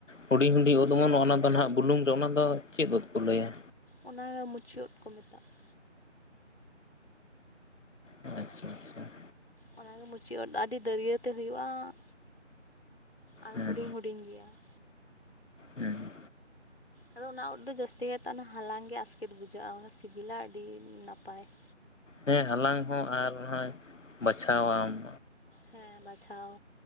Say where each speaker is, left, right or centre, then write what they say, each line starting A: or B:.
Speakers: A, on the left; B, on the left.
A: ᱦᱩᱰᱤᱧ ᱦᱩᱰᱤᱧ ᱩᱫᱽ ᱚᱢᱚᱱᱚᱜᱼᱟ, ᱚᱱᱟ ᱫᱚ ᱱᱟᱦᱟᱜ ᱵᱩᱞᱩᱝ ᱨᱮ ᱚᱱᱟ ᱫᱚ ᱪᱮᱫ ᱩᱫᱽ ᱠᱚ ᱞᱟᱹᱭᱟ ᱾
B: ᱚᱱᱟ ᱜᱮ ᱢᱩᱪᱤ ᱩᱫᱽ ᱠᱚ ᱢᱮᱛᱟᱜᱼᱟ ᱾
A: ᱟᱪᱪᱷᱟ, ᱟᱪᱪᱷᱟ ᱾
B: ᱚᱱᱟ ᱜᱮ ᱢᱩᱪᱤ ᱩᱫᱽ ᱫᱚ ᱟᱹᱰᱤ ᱫᱟᱹᱨᱭᱟᱹᱛᱮ ᱦᱩᱭᱩᱜᱼᱟ ᱾ ᱟᱨ
A: ᱦᱮᱸ
B: ᱦᱩᱰᱤᱧ ᱦᱩᱰᱤᱧ ᱜᱮᱭᱟ ᱾
A: ᱦᱮᱸ ᱾
B: ᱟᱫᱚ ᱚᱱᱟ ᱩᱫᱽ ᱫᱚ ᱡᱟᱹᱥᱛᱤ ᱠᱟᱭᱛᱮ ᱚᱱᱟ ᱦᱟᱞᱟᱝ ᱜᱮ ᱟᱥᱠᱮᱛ ᱵᱩᱡᱷᱟᱹᱜᱼᱟ, ᱥᱤᱵᱤᱞᱟ ᱟᱹᱰᱤ ᱱᱟᱯᱟᱭ ᱾
A: ᱦᱮᱸ ᱦᱟᱞᱟᱝ ᱦᱚᱸ ᱟᱨ ᱦᱚᱢ ᱵᱟᱪᱷᱟᱣᱟᱢ ᱾
B: ᱦᱮᱸ ᱵᱟᱪᱷᱟᱣ